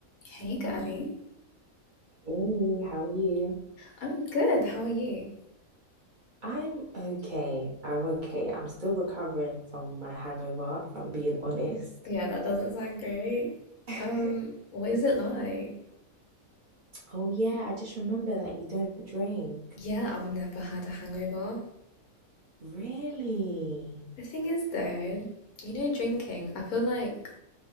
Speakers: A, on the left (about 80°); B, on the right (about 40°).
A: Hey, girly.
B: Hey, how are you?
A: I'm good. How are you?
B: I'm okay. I'm okay. I'm still recovering from my hangover, if I'm being honest.
A: Yeah, that doesn't sound great.
B: <laughs>
A: Um, what is it like?
B: Oh, yeah, I just remember that you don't drink.
A: Yeah, I've never had a hangover.
B: Really?
A: The thing is, though, you know, drinking, I feel like